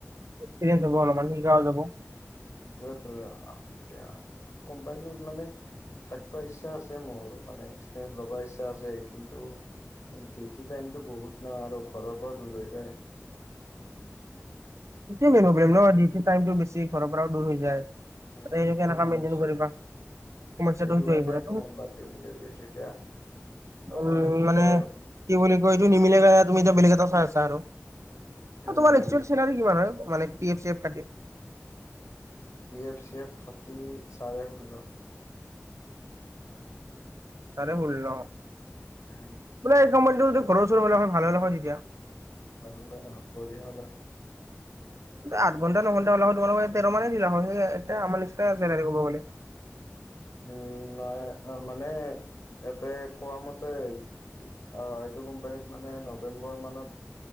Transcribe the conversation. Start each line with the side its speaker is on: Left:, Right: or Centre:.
Right: শিকিয়ে যাব, অলপমান শিকোৱা যাব।
Left: ত', ত' কোম্পানী মানে থাকিব ইচ্ছা আছে মোৰ, মানে এক্সপিৰিয়েন্ঞ্চ ল'ব ইচ্ছা আছে কিন্তু ডিউটি টাইমটো বহুত না আৰু ঘৰৰ পৰাও দূৰ হৈ যায়।
Right: সেইটোৱে মেইন প্ৰব্লেম
Left: এ
Right: ন', দিউটিৰ টাইমটো বেছি। ঘৰৰ পৰাও দূৰ হৈ যায়।
Left: এ
Right: তাতে
Left: সেইটো
Right: কেনেকা
Left: সমস্যা,
Right: মেইনটেইন কৰিবা সমস্যাটো
Left: সেইটো কাৰণেটো
Right: আহি পৰে
Left: মই বাদ দিওঁ বুলি ভাবিছোঁ এতিয়া আমাৰ
Right: উম্,
Left: ওচৰ
Right: মানে কি বুলি
Left: উম
Right: কয় এইটো। নিমিলে গাইত তুমি এতিয়া বেলেগ এটা চাই আছা আৰু।
Left: উম
Right: তোমাৰ এক্সুৱেল চেলাৰী কিমান হয় মানে পি এফ চি এফ কাটি?
Left: পি এফ চি এফ কাতি চাৰে ষোল্ল।
Right: চাৰে ষোল্ল?
Left: উম্।
Right: বোলে এই কোম্পানীটো ঘৰৰ ওচৰত হ'লে, ভালে হয় তেতিয়া।
Left: ভালে হলে‌ হয়, বঢ়িয়া।
Right: আঠ ঘণ্টা নঘণ্টা ওলা হয়, তোমালোকে তেৰ মানে দিলা হয়, সেই এ আমাৰ নিচিনা চেলাৰী কব'লে
Left: উম্, নাই মানে ইয়াতে কোৱা মতে, অ', এইটো কোম্পানীত মানে নৱেম্বৰ মানত